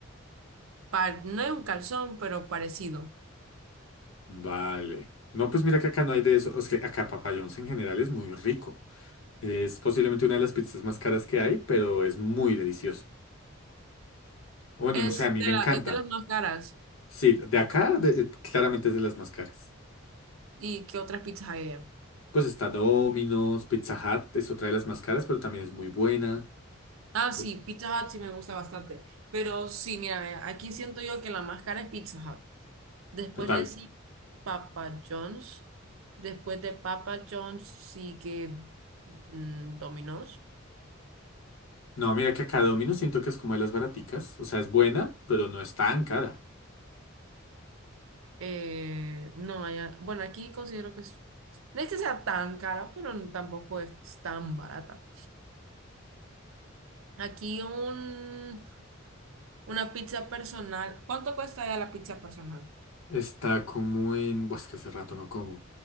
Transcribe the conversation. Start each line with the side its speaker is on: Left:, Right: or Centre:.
Right: par- no es un calzón, pero parecido.
Left: Vale. No, pues mira que acá no hay de eso. O sea, acá Papa John's en general es muy rico. Es posiblemente una de las pizzas más caras que hay, pero es muy delicioso. Bueno,
Right: Es
Left: no sé, a mí
Right: de
Left: me encanta.
Right: la, es de las más caras.
Left: Sí, de acá de- eh, claramente es de las más caras.
Right: ¿Y qué otras pizzas hay allá?
Left: Pues está Domino's, Pizza Hut es otra de las más caras, pero también es muy buena.
Right: Ah, sí,
Left: Eh,
Right: Pizza Hut sí me gusta bastante. Pero sí, mira, ve, aquí siento yo que la más cara es Pizza Hut. Después
Left: Total.
Right: le sigue Papa John's. Después de Papa John's sigue mm, Domino's.
Left: No, mira que acá Domino's siento que es como de las baraticas. O sea, es buena, pero no es tan cara.
Right: Eh, no, allá- bueno, aquí considero que es- no es que sea tan cara, pero tampoco es tan barata. Aquí un Una pizza personal. ¿Cuánto cuesta ya la pizza personal?
Left: Está como en... Pues que hace rato no como.